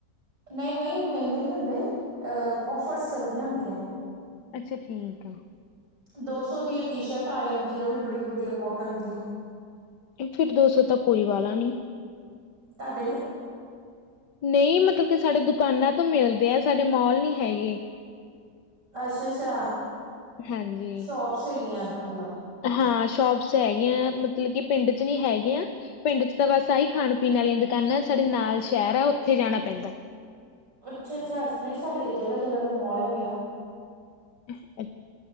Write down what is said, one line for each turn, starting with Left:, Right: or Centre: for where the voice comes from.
Right: ਨਹੀਂ-ਨਹੀਂ ਮਹਿੰਗੇ <inaudible> <unintelligible> ਔਫਰਸ ਚੱਲਦੀਆਂ ਹੁੰਦੀਆਂ
Left: ਅੱਛਾ ਠੀਕ ਆ
Right: ਦੋ ਸੌ ਦੀਆਂ ਟੀ ਸ਼ਰਟਾਂ ਆ ਜਾਂਦੀ ਹੈ ਉਹ ਵੀ ਬੜੀ ਵਧੀਆ ਕੋਟਨ ਦੀਆਂ।
Left: ਐਥੈ ਇਕ ਦੋ ਸੌ ਤੱਕ ਕੋਈ ਵਾਲਾ ਨਹੀਂ।
Right: ਤੁਹਾਡੇ ਨੀ
Left: ਨਹੀਂ ਮਤਲਬ ਕਿ ਸਾਡੇ ਦੁਕਾਨਾਂ ਤੋਂ ਮਿਲਦੇ ਆ ਸਾਡੇ ਮੌਲ ਨੀ ਹੈਗੇ।
Right: ਅੱਛਾ ਅੱਛਾ
Left: ਹਾਂਜੀ
Right: ਸ਼ੋਪਸ ਹੈਗੀਆਂ ਮਤਲਬ
Left: ਹਾਂ ਸ਼ੋਪਸ ਹੈਗੀਆਂ ਮਤਲਬ ਕਿ ਪਿੰਡ ਚ ਨੀ ਹੈਗੀਆਂ ਪਿੰਡ ਚ ਤਾਂ ਬਸ ਆਹੀ ਖਾਣ ਪੀਣ ਵਾਲੀਆਂ ਦੁਕਾਨਾਂ ਸਾਡੇ ਨਾਲ ਸ਼ਹਿਰ ਆ ਉੱਥੇ ਜਾਣਾ ਪੈਂਦਾ।
Right: ਅੱਛਾ ਅੱਛਾ ਨਹੀਂ ਸਾਡੇ ਤੇ ਜਗ੍ਹਾ ਜਗ੍ਹਾ ਤੇ ਮੋਲ ਹੈਗੇ ਆ।
Left: ਇਹ